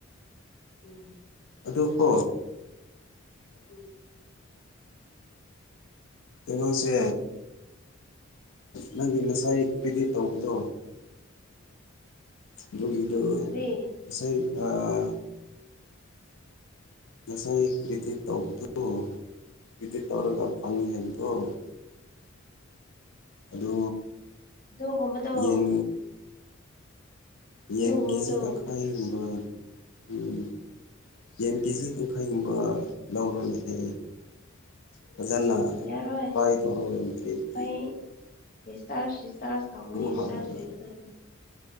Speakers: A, on the left; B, on the left.
A: ꯎꯝ
B: ꯑꯗꯨꯀꯣ
A: ꯎꯝ
B: ꯀꯩꯅꯣꯁꯦ ꯅꯪꯒꯤ ꯉꯁꯥꯏ ꯀ꯭ꯔꯤꯗꯤꯠ ꯇꯧꯕꯗꯣ ꯑꯗꯨꯒꯤꯗꯣ
A: ꯀꯔꯤ
B: ꯉꯁꯥꯏ ꯑꯥ ꯉꯁꯥꯏ ꯏꯗꯤꯠ ꯇꯧꯕꯗꯣ ꯏꯗꯤꯠ ꯇꯧꯔꯒ ꯐꯅꯤ ꯍꯥꯏꯕꯗꯨ ꯑꯗꯨ
A: ꯑꯗꯨꯒꯨꯝꯕꯗꯣ
B: ꯌꯦꯟ ꯌꯦꯟ
A: ꯑꯗꯨꯒꯨꯝꯕꯗꯣ
B: ꯀꯦꯖꯤ ꯇꯪꯈꯥꯏꯒꯨꯝꯕ ꯎꯝ ꯌꯦꯟ ꯀꯦꯖꯤ ꯇꯪꯈꯥꯏꯒꯨꯝꯕ ꯂꯧꯔꯅꯤ ꯍꯥꯏꯌꯦ ꯐꯖꯟꯅ <unintelligible> <unintelligible>
A: ꯌꯥꯔꯣꯏ ꯑꯩ ꯔꯤꯆꯥꯔꯖ ꯔꯤꯆꯥꯔꯖ ꯇꯧꯒꯅꯤ
B: ꯍꯥꯞꯂꯒ
A: ꯔꯤꯆꯥꯔꯖ ꯂꯣꯏꯒꯗꯧꯔꯦ